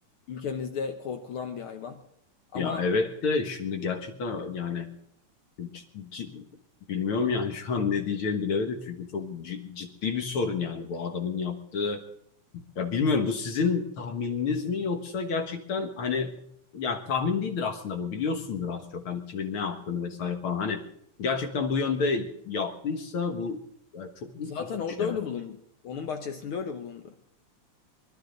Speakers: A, on the left; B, on the left.
A: ülkemizde korkulan bir hayvan. Ama
B: Ya Ya, evet de şimdi gerçekten yani cid- cid- bilmiyorum yani <laughs> şu an ne diyeceğimi bilemedim çünkü çok cid- ciddi bir sorun yani bu adamın yaptığı Ya bilmiyorum bu sizin tahmininiz mi yoksa gerçekten hani ya tahmin değildir aslında bu biliyorsundur az çok hani kimin ne yaptığını vesaire falan hani gerçekten bu yönde yaptıysa bu ya çok büyük
A: zaten
B: bir suç
A: orada
B: ya.
A: öyle bulundu. Onun bahçesinde öyle bulundu.